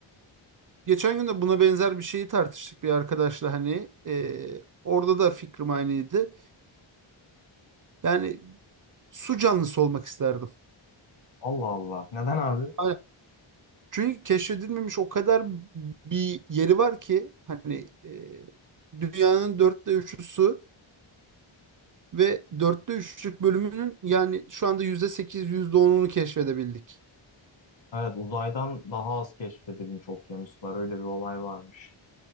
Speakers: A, on the right; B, on the left.
A: Geçen gün de buna benzer bir şeyi tartıştık bir arkadaşla hani e, orada da fikrim aynıydı. Yani su canlısı olmak isterdim.
B: Allah Allah. Neden abi?
A: Aynen. Çünkü keşfedilmemiş o kadar bir yeri var ki hani e, dünyanın dörtte üçü su. Ve dörtte üçlük bölümünün yani şu anda yüzde sekiz yüzde onunu keşfedebildik.
B: Evet uzaydan daha az keşfedilmiş okyanuslar öyle bir olay varmış.